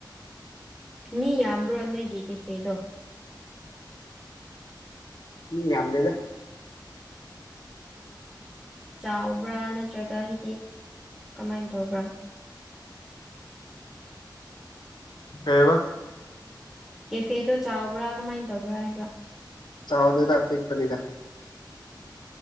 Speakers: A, in the centre; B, on the left.
A: ꯃꯤ ꯌꯥꯝꯕ꯭ꯔꯣ ꯅꯣꯏꯒꯤꯦ ꯀꯦ ꯐꯦꯗꯣ
B: ꯎ ꯌꯥꯝꯗꯦꯗ
A: ꯆꯥꯎꯕ꯭ꯔꯥ ꯅꯠꯇ꯭ꯔꯒ ꯍꯥꯏꯗꯤ ꯀꯃꯥꯏꯅ ꯇꯧꯕ꯭ꯔꯥ
B: ꯀꯩꯕ
A: ꯀꯦꯐꯦꯗꯣ ꯆꯥꯎꯕ꯭ꯔꯥ ꯀꯃꯥꯏꯅ ꯇꯧꯕ꯭ꯔꯥ ꯍꯥꯏꯕ
B: ꯆꯥꯎꯗꯗ ꯄꯤꯛꯄꯅꯤꯗ